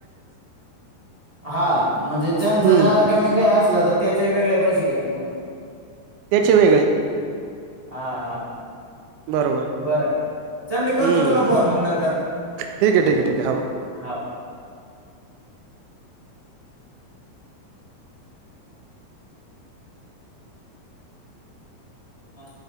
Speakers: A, on the right; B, on the right.
A: हा म्हणजे ज्यांच जादा
B: हम्म
A: कमी काही असलं तर त्याचे वेगळे पैसे घ्यायचे पुन्हा.
B: त्याचे वेगळे.
A: हा हा.
B: बरोबर
A: बराय, चल मी करतो
B: हम्म
A: तुला फोन मग नंतर,
B: ठीक आहे ठीक आहे ठीक आहे हो
A: हाव. <inaudible> हा.